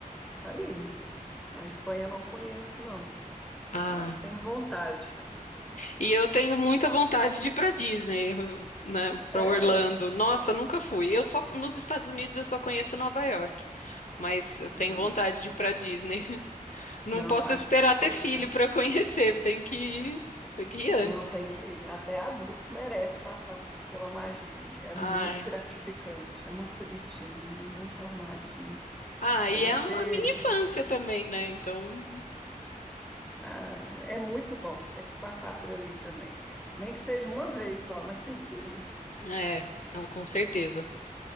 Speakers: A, in the centre; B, on the left (about 60°).
A: ali. A Espanha eu não conheço, não,
B: Ah.
A: mas tenho vontade.
B: E eu tenho muita vontade de ir para Disney, né, para
A: É,
B: Orlando. Nossa, nunca fui. Eu só nos Estados Unidos eu só conheço Nova York, mas eu tenho
A: ah,
B: vontade de ir para Disney. <laughs> Não
A: não,
B: posso
A: acho
B: esperar
A: que
B: ter
A: to-
B: filho para conhecer, tenho que ir, tenho que ir antes.
A: não tem que até adulto merece passar por aquela magia ali. É
B: Ai.
A: muito gratificante, é muito bonitinho, é muito armadinho.
B: Ah,
A: É
B: e
A: você
B: é a a minha infância também, né? Então,
A: Ah, é muito bom, tem que passar por ali também. Nem que seja uma vez só, mas tem que ir,
B: é, não, com certeza.